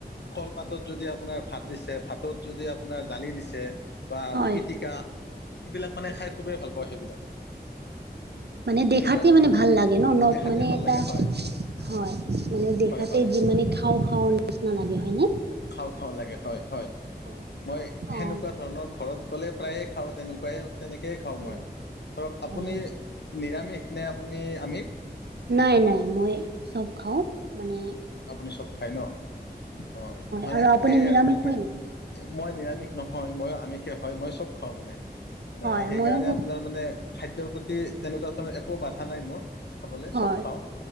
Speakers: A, on the left; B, on the right.
A: কল পাতত যদি আপোনাৰ ভাত দিছে ভাতত যদি আপোনাৰ দালি দিছে বা
B: হয়
A: পিটিকা সেইবিলাক মানে
B: হয়
A: খাই খুবেই ভাল পাও সেইবিলাক।
B: মানে
A: সেনেকুৱা
B: দেখাতে মানে ভাল লাগে ন ন
A: দেখাতে
B: মানে
A: ভাল
B: এটা
A: লাগে হয়
B: হয় মানে দেখাতে
A: হয় হয়
B: যিমানে খাও খাও নিচিনা লাগে হয়নে
A: খাও খাও লাগে হয় হয়
B: হয়
A: মই
B: অঁ হয়
A: সেনেকোৱা ধৰণৰ ঘৰত গলে প্ৰায়ে খাও তেনেকোৱাই তেনেকেই খাও
B: হয়
A: মই। ধৰক
B: হয়
A: আপুনি নিৰামিষ নে আপুনি আমিষ।
B: নাই নাই মই চব খাও মানে
A: আপুনি চব খাই ন অ
B: হয়
A: মানে
B: আৰু আপুনি
A: সেই
B: নিৰামিষ
A: আৰু মানে।
B: হয় নি
A: মই নিৰামিষ নহয় মইয়ো আমিষ হয়, মই চব খাও মানে
B: হয়
A: সেইকাৰণে
B: ময়ো খুব
A: আপোনাৰ মানে খাদ্যৰ প্ৰতি তেনেকোৱা ধৰণৰ একো বাধা নাই মোৰ খাবলৈ
B: হয়
A: চব খাও